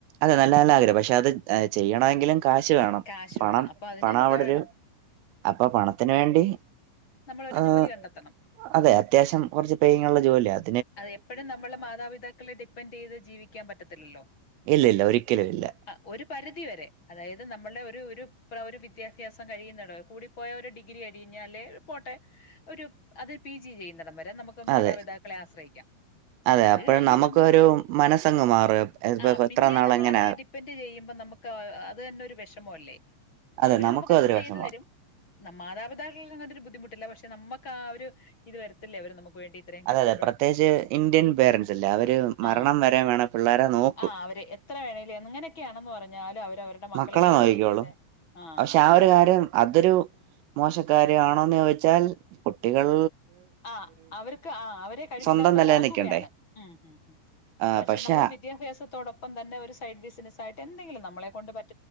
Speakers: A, on the right; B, on the left.
A: അതെ നല്ല നല്ല ആഗ്രഹം പക്ഷെ അത് ചെയ്യണങ്കിലും കാശ് വേണം
B: കാശ്
A: പണം
B: വേണം അപ്പൊ അതിന്
A: പണം
B: എന്തോ
A: അവിടെരു
B: വേണം
A: അപ്പൊ പണത്തിന് വേണ്ടി
B: നമ്മളൊരു
A: ഹ്
B: ജോലി കണ്ടെത്തണം
A: അതെ അത്യാവശ്യം കുറച്ച് <unintelligible> ജോലിയത്
B: അത് എപ്പോഴും നമ്മളെ മാതാപിതാക്കളെ ഡിപ്പെെൻഡ് ചെയ്ത് ജീവിക്കാൻ പറ്റത്തില്ലല്ലോ
A: ഇല്ല ഇല്ല ഒരിക്കലും ഇല്ല
B: ആ ഒരു പരിധി വരെ അതായത് നമ്മുടെ ഒരു ഒരു <unintelligible> ഒരു വിദ്യാഭ്യാസം കഴിയുന്നട കൂടിപ്പോയ ഒരു ഡിഗ്രി അടിഞ്ഞല് പോട്ടെ ഒരു അത് പി ജി ചെയ്യുന്നടവരേ നമുക്ക് മാതാപിതാക്ക
A: അതെ
B: ആശ്രയിക്കാം
A: അതെ
B: അത്
A: അപ്പോഴും
B: കഴിഞ്ഞ്
A: നമുക്ക്
B: നമ്മള്
A: ഒരു മനസ്സങ്ങ് മാറും ഇപ്പ
B: ആ പിന്നെ
A: എത്ര നാൾ
B: നമ്മൾ
A: എങ്ങനെ
B: അവരെ ഡിപ്പെെൻഡ് ചെയ്യുമ്പോ നമുക്ക് അത് തന്നെ ഒരു വിഷമോ അല്ലേ
A: അതെ
B: അവര്
A: നമുക്കും
B: നമുക്ക്
A: അതൊരു
B: ചെയ്തു
A: വിഷമമാ
B: തരും ന മാതാപിതാക്കൾക്ക അങ്ങനൊ ഒരു ബുദ്ധിമുട്ടില്ല പക്ഷെ നമുക്ക് ആ ഒരു ഇത് വരത്തില്ല അവര് നമുക്ക് വേണ്ടി ഇത്രയും കഷ്
A: അതെ അതെ പ്രത്യേകിച്ച് ഇന്ത്യൻ പേരെന്റ്സ് ഇല്ലേ അവര്
B: ആ
A: മരണം വെരെ വേണ പിള്ളേരെ നോക്കൂം
B: ആ അവര് എത്ര വേണേലും <unintelligible>
A: മക്കളെ
B: ഏത്
A: നോക്കിക്കോളൂ
B: രീതിയില്
A: പക്ഷെ ആ
B: അതാണ്
A: ഒരു കാര്യം അതൊരു മോശക്കാര് ആണോന്ന് ചോദിച്ചാൽ കുട്ടികൾ
B: ആ അരക്ക് ആാ അവരെ കഴിവില്ലാത്തവരാക്കുകയാണ്
A: സ്വന്തം നിലനിൽക്കണ്ടേ
B: ഉം ഉം
A: ആ
B: പശെ
A: പക്ഷെ
B: നമ്മള് വിദ്യാഭ്യാസത്തോടൊപ്പം തന്നെ ഒരു സ് സൈഡ് ബിസിനസ് ആയിട്ട് എന്തെിലും നമ്മളെ കൊണ്ട് പറ്റ